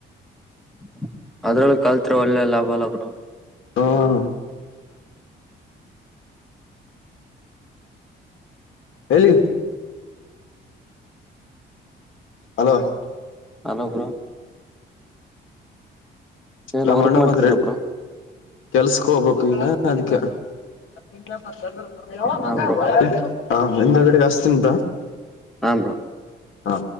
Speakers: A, in the centre; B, on the left (about 80°).
A: <inaudible> ಅದ್ರಲ್ಲಿ ಕಲ್ತ್ ಒಳ್ಳೆ ಲಾಭ ಹಲ್ವಾ ಬ್ರೋ.
B: ಹ್ಮ್ <inaudible> ಎಲ್ಲಿ ಹಲೋ.
A: ಹಲೋ ಬ್ರೋ ಏನ್
B: ನಮ್ಮ್
A: ವರ್ಕ್
B: ಅಣ್ಣ
A: ಮಾಡ್ತಿದ್ರ
B: ಬಂದ್ರೆ
A: ಬ್ರೋ
B: ಕೆಲ್ಸಕ್ ಹೋಗ್ಬೇಕು ಈಗ. ಅದ್ಕ್ಕೆ. <unintelligible>
A: ಹಾ ಬ್ರೋ
B: ಹಿಂದಗಡೆ ಹಾಸತೀನಿ ತಗೋ
A: ಹಾ ಬ್ರೋ
B: <inaudible> ಹಾ